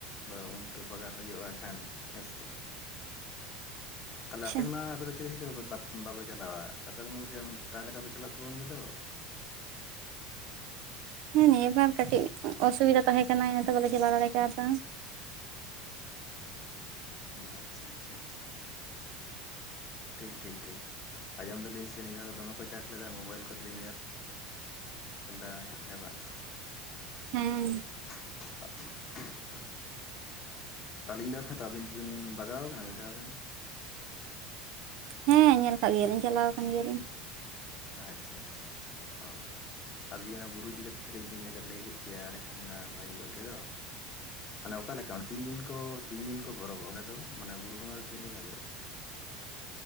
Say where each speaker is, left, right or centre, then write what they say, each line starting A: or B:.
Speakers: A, on the left; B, on the right.
A: ᱵᱟ ᱩᱱ ᱦᱤᱞᱚᱜ ᱦᱳᱭᱳᱜᱼᱟ ᱮᱠᱷᱟᱱ ᱦᱮᱸ ᱥᱮ ᱪᱮᱫ ᱛᱟᱦᱞᱮ
B: ᱟᱪᱪᱷᱟ
A: ᱟᱯᱮ ᱢᱟ ᱟᱯᱮ ᱫᱚ <unintelligible> ᱛᱮ ᱵᱟᱯᱮ ᱪᱟᱞᱟᱣᱟ ᱛᱟᱯᱮ ᱫᱚ ᱢᱩᱨ ᱨᱮᱢ ᱯᱨᱟᱭ ᱞᱮᱠᱟ ᱯᱮ ᱪᱟᱞᱟᱜ ᱛᱟᱵᱚᱱ ᱜᱮᱫᱚ
B: ᱦᱮᱸ ᱱᱤᱭᱟᱹ ᱵᱟᱨ ᱠᱟᱹᱴᱤᱡ ᱚᱥᱩᱵᱤᱫᱟ ᱛᱟᱦᱮᱸ ᱠᱟᱱᱟ ᱤᱱᱟᱛᱮ ᱵᱟᱞᱮ ᱪᱟᱞᱟᱣ ᱫᱟᱲᱮ ᱠᱟᱣᱫᱟ
A: ᱚ ᱟᱪᱪᱷᱟ ᱟᱪᱪᱷᱟ ᱟᱪᱪᱷᱟ ᱴᱷᱤᱠ ᱴᱷᱤᱠ ᱴᱷᱤᱠ ᱟᱸᱡᱚᱢ ᱫᱟᱞᱤᱧ ᱥᱮ ᱱᱤᱭᱟᱹ ᱫᱷᱟᱣ ᱫᱚᱢᱮ ᱠᱚ ᱪᱟᱠ ᱞᱮᱫᱟ ᱢᱚᱵᱟᱭᱤᱞ ᱠᱚᱨᱮᱞᱤᱧ ᱧᱮᱞ ᱾ <unintelligible> ᱫᱟ ᱦᱮ ᱵᱟᱝ ᱾
B: ᱦᱩᱸ ᱾
A: <inaudible> ᱟᱹᱞᱤᱧ ᱫᱚ <unintelligible> ᱟᱵᱤᱱ ᱵᱤᱱ ᱵᱟᱜᱟᱣ ᱠᱟᱱᱟ ᱢᱤᱫ ᱫᱷᱟᱣ ᱜᱟᱱ
B: ᱦᱮᱸ ᱧᱮᱞ ᱟᱠᱟᱜ ᱜᱮᱭᱟᱞᱤᱧ ᱪᱟᱞᱟᱣ ᱠᱟᱱ ᱜᱮᱭᱟᱞᱤᱧ
A: ᱟᱪᱪᱷᱟ ᱟᱪᱪᱷᱟ ᱟᱪᱪᱷᱟ ᱚ ᱟᱨ ᱡᱩᱫᱤ ᱚᱱᱟ ᱵᱩᱨᱩ ᱤᱫᱤ ᱠᱟᱛᱮᱫ ᱠᱟᱹᱡ ᱵᱮᱱ ᱞᱟᱹᱭ ᱠᱮᱭᱟ ᱮᱸᱰᱮ ᱠᱷᱟᱱ ᱱᱟᱜ ᱵᱷᱟᱭᱮ ᱠᱚᱜ ᱠᱮᱫᱚ ᱢᱟᱱᱮ ᱚᱠᱟᱞᱮᱠᱟ ᱛᱤᱱ ᱫᱤᱱ ᱠᱚ ᱛᱤᱱ ᱫᱤᱱ ᱠᱚ ᱯᱚᱨᱚᱵᱟ ᱚᱸᱰᱮ ᱫᱚ ᱢᱟᱱᱮ ᱵᱩᱨᱩ ᱵᱚᱸᱜᱟ ᱫᱚ ᱛᱤᱱ ᱫᱤᱱ ᱦᱳᱭᱳᱜᱼᱟ